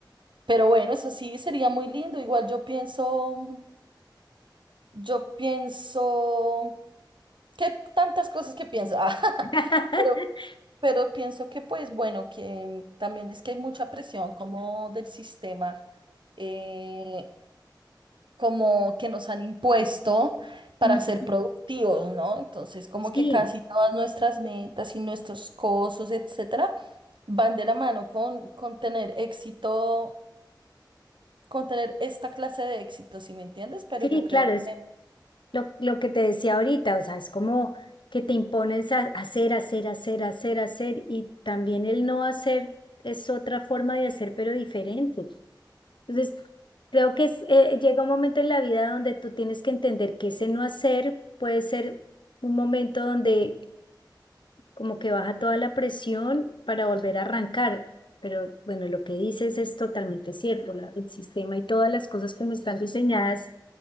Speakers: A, on the right; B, on the left.
A: pero bueno, eso sí sería muy lindo. Igual yo pienso, yo pienso que tantas cosas que pienso, <laughs> Ah,
B: <laughs>
A: pero, pero pienso que pues bueno, que también es que hay mucha presión como del sistema. eh, como que nos han impuesto para
B: Ujú.
A: ser productivos, ¿no? Entonces, como
B: Sí,
A: que casi todas nuestras metas y nuestros cosos, etcétera, van de la mano con, con tener éxito, con tener esta clase de éxito, si me entiendes? Pero
B: sí,
A: yo creo
B: claro, es
A: que,
B: Lo, lo que te decía ahorita, o sea, es como que te impones a hacer, hacer, hacer, hacer, hacer, y también el no hacer es otra forma de hacer, pero diferente. Entonces, creo que es, eh, llega un momento en la vida donde tú tienes que entender que ese no hacer puede ser un momento donde como que baja toda la presión para volver a arrancar. Pero bueno, lo que dices es totalmente cierto, la- el sistema y todas las cosas como están diseñadas